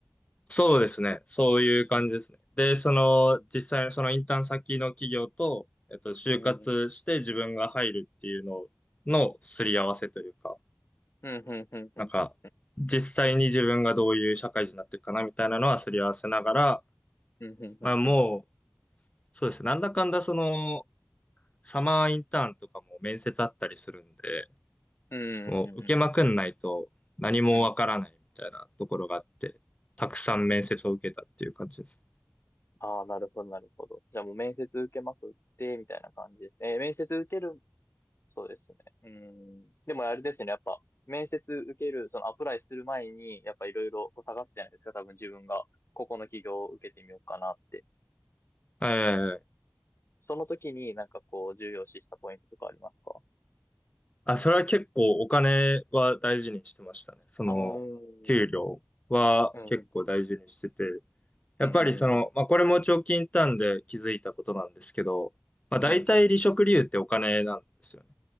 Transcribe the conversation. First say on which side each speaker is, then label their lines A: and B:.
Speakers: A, on the left; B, on the left.
A: そうですね。そういう感じですね。
B: うん。
A: で、その、
B: うん。
A: 実際のそのインターン先の企業と、えっと、就活して自分が入るっていうののすり合わせというか、
B: うん、うん、うん、うん、うん、
A: なんか、実際に自分がどういう社会人になっていくかなみたいなのはすり合わせながら、
B: うん、うん、うん、
A: まあもう、
B: うん、
A: そうですね。なんだかんだその、サマーインターンとかも面接あったりするんで、
B: うん、
A: もう受けまくんないと何もわからないみたいなところがあって、
B: うん、うん、うん、
A: たくさん面接を受けたっていう感じです。
B: ああ、なるほど、なるほど。じゃあもう面接受けまくって、みたいな感じですね。えー面接受ける、そうですね。うん。でもあれですよね、やっぱ、面接受ける、そのアプライする前に、やっぱいろいろこう探すじゃないですか、多分自分が、ここの企業を受けてみようかなって。
A: はいはいはい。
B: その時になんかこう重要視したポイントとかありますか
A: あ、それは結構お金は大事にしてましたね。その、
B: ああ、うん。
A: 給料は結構大事にしてて。
B: うんうん
A: やっぱりその、
B: うん
A: まあ、これも長期インターンで気づいたことなんですけど、まあ、大体離職理由ってお金なんですよね。
B: うんうんうん